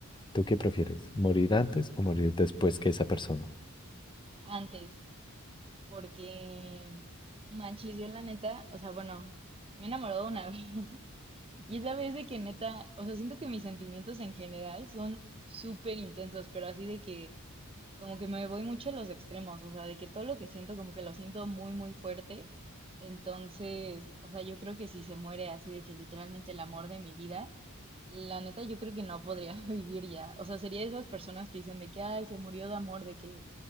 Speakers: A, on the left (about 20°); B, on the right (about 25°).
A: ¿Tú qué prefieres? ¿Morir antes o morir después que esa persona?
B: Antes, porque manches, yo la neta, o sea, bueno, me he enamorado una <laughs> vez. Y esa vez de que neta, o sea, siento que mis sentimientos en general son súper intensos, pero así de que como que me voy mucho a los extremos, o sea, de que todo lo que siento como que lo siento muy, muy fuerte. Entonces, o sea, yo creo que si se muere así de que literalmente el amor de mi vida, la neta yo creo que no podría <laughs> vivir ya. O sea, sería de esas personas que dicen de que, ay, se murió de amor, de que